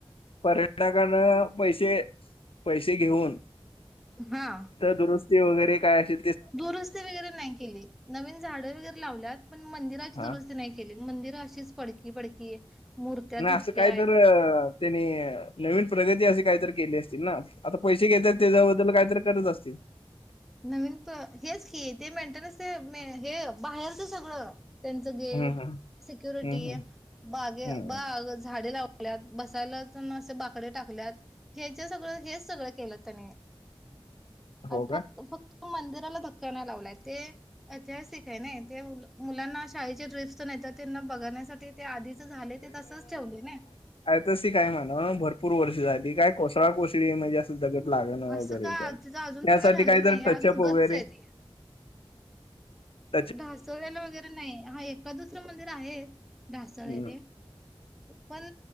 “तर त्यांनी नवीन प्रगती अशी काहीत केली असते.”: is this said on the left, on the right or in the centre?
Left